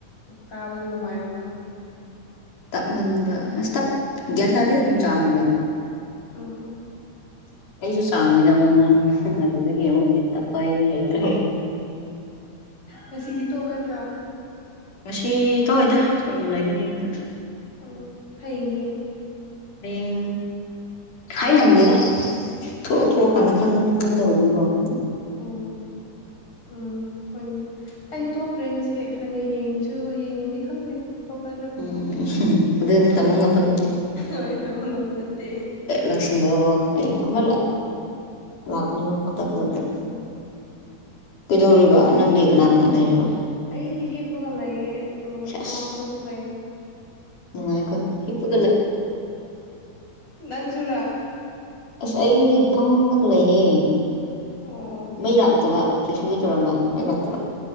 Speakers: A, on the left; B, on the left.
A: ꯇꯥꯕꯗ ꯅꯨꯡꯉꯥꯏꯔꯝꯃꯣꯏ
B: ꯇꯞꯃꯟꯕ ꯑꯁ ꯇꯞ ꯒ꯭ꯌꯥꯟ ꯇꯥꯗꯦ ꯑꯗꯨꯝ ꯆꯥꯡꯅꯤꯗ
A: ꯑꯣ
B: ꯑꯩꯁꯨ ꯆꯥꯡꯅꯤꯗ ꯑꯃꯛ ꯑꯉꯥꯡ ꯑꯗꯨꯗꯒꯤ ꯑꯃꯨꯛ ꯍꯦꯟ ꯇꯞꯄ ꯍꯥꯏꯗꯤ ꯍꯩꯇ꯭ꯔꯦ
A: ꯉꯥꯁꯤꯗꯤ ꯊꯣꯛꯀꯗ꯭ꯔꯥ
B: ꯉꯥꯁꯤ ꯊꯣꯛꯑꯣꯏꯗ ꯁꯨꯝ ꯂꯩꯒꯥꯅꯤ ꯌꯨꯝꯗ
A: ꯑꯥ <unintelligible> ꯍꯥꯌꯦꯡꯗꯤ
B: ꯍꯥꯌꯦꯡ ꯍꯥꯏ ꯉꯝꯗꯦꯗ ꯊꯣꯛꯑ ꯊꯣꯛꯑ ꯀꯥꯟꯗ ꯈꯪꯕ ꯇꯅꯤꯕꯣ <unintelligible>
A: ꯑꯣ ꯎꯝ ꯍꯣꯏꯅꯦ ꯑꯩꯁꯨ ꯊꯣꯛꯇ꯭ꯔꯦ ꯉꯥꯁꯤ ꯍꯌꯦꯡꯁꯨ ꯍꯌꯦꯡꯗꯤ ꯈꯪꯗꯦ ꯊꯣꯛꯀꯗ꯭ꯔꯥ
B: ꯎꯝ ꯎꯝ ꯑꯗꯨꯅꯦ ꯇꯝꯕ ꯉꯝꯕ ꯅꯠꯇꯦ
A: ꯍꯣꯏ ꯇꯝꯕ ꯉꯝꯕ ꯅꯠꯇꯦ
B: ꯂꯥꯛꯁꯤꯟꯗ ꯀꯩꯅꯣ ꯑꯃ
A: ꯑꯣ
B: ꯂꯥꯛꯄꯅꯦꯕ ꯈꯨꯗꯗ
A: ꯎꯝ
B: ꯀꯩꯗꯧꯔꯤꯕ ꯅꯪꯗꯤ ꯀꯅꯥ ꯀꯅꯥ ꯂꯩꯔꯤꯕ
A: ꯑꯩꯗꯤ ꯍꯤꯞꯄꯒ ꯂꯩꯌꯦ ꯑꯗꯣ
B: ꯁꯦꯁ
A: ꯏꯃꯥ ꯈꯣꯏꯁꯨ ꯂꯩꯌꯦ
B: ꯅꯨꯡꯉꯥꯏꯀꯣ ꯏ ꯀ
A: ꯅꯪꯖꯨꯔꯥ
B: ꯑꯁ ꯑꯩꯗꯤ ꯐꯝꯃꯥꯒ ꯂꯩꯌꯦ
A: ꯑꯣ
B: ꯃꯩ
A: ꯑꯩꯗꯤ
B: ꯂꯥꯛꯇꯕ
A: ꯍꯤꯞꯄꯒ ꯂꯩ
B: ꯁꯨꯒꯤ ꯇꯧꯔꯝꯕ ꯃꯥꯏ ꯂꯥꯛꯛꯇꯕ